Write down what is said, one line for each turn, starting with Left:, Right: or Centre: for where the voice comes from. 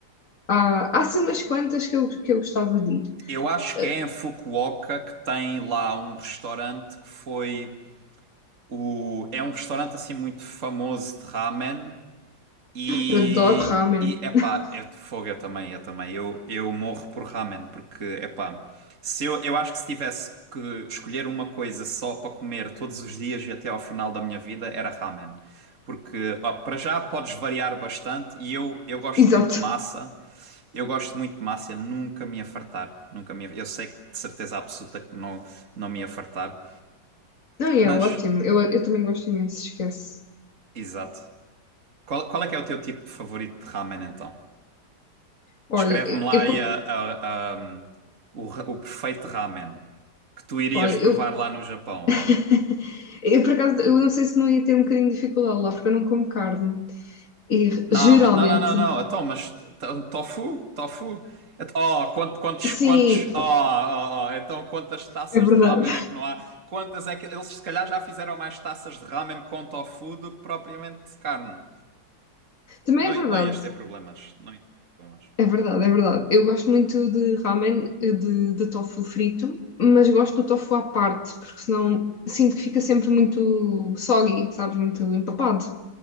Left: há, há assim umas quantas que eu, que eu gostava de ir.
Right: Eu acho
Left: Uh,
Right: que é em Fukuoka que tem lá um restaurante que foi o é um restaurante assim muito famoso de ramen e
Left: eu adoro ramen.
Right: e epá,
Left: <laughs>
Right: é de fogo eu também, eu também. Eu eu morro por ramen porque epá, se eu eu acho que se tivesse que escolher uma coisa só para comer todos os dias e até ao final da minha vida era ramen. Porque ó, para já podes variar bastante e eu eu gosto
Left: Exato.
Right: muito de massa. Eu gosto muito de massa, eu nunca me ia fartar. Nunca me ia... Eu sei que de certeza absoluta que não, não me ia fartar.
Left: Não, e
Right: Mas,
Left: é ótimo. Eu, eu também gosto imenso, esquece.
Right: exato. Qual, qual é que é o teu tipo de favorito de ramen então?
Left: Olha,
Right: Descreve-me lá
Left: eu,
Right: aí
Left: como-
Right: a- a- a- o, ra- o perfeito ramen que tu irias
Left: olha,
Right: provar
Left: eu,
Right: lá no Japão.
Left: <laughs>
Right: ó.
Left: eu por acaso, eu não sei se não ia ter um bocadinho de dificuldade lá, porque eu não como carne. E
Right: Não,
Left: geralmente,
Right: ma- não, não, não, não. Então, mas t- t- tofu? Tofu? Et- Oh, quant- quantos,
Left: sim,
Right: quantos, oh, oh, oh, então quantas taças
Left: é verdade.
Right: de ramen é que não há? Quantas é que eles se calhar já fizeram mais taças de ramen com tofu do que propriamente de carne?
Left: <laughs> Também
Right: Não,
Left: é verdade.
Right: i- não ias ter problemas, não ias ter problemas.
Left: É verdade, é verdade. Eu gosto muito de ramen, eh, de, de tofu frito, mas gosto do tofu à parte, porque senão sinto que fica sempre muito soggy, sabes? Muito empapado.